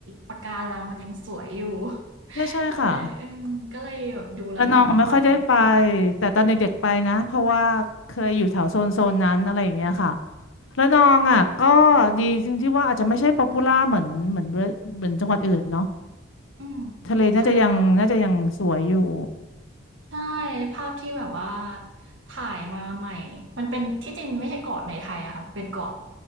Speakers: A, on the right (about 70°); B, on the left (about 80°).
A: ปะการังมันยังสวยอยู่ <laughs>
B: ใช่ใช่ค่ะ
A: ก็เลยอืมก็เลยแบบดูระนองไว้
B: ระนองไม่ค่อยได้ไปแต่ตอนเด็กๆไปนะเพราะว่าเคยอยู่แถวโซนโซนนั้นอะไรอย่างเงี้ยค่ะระนองอ่ะก็ดีจริงที่ว่าอาจจะไม่ใช่ป๊อปปูล่าเหมือนเหมือนเหมือนจังหวัดอื่นเนาะ
A: อืม
B: ทะเลน่าจะยังน่าจะยังสวยอยู่
A: ใช่ค่ะใช่ภาพที่แบบว่าถ่ายมาใหม่มันเป็นที่จริงไม่ใช่เกาะในไทยอะค่ะเป็นเกาะ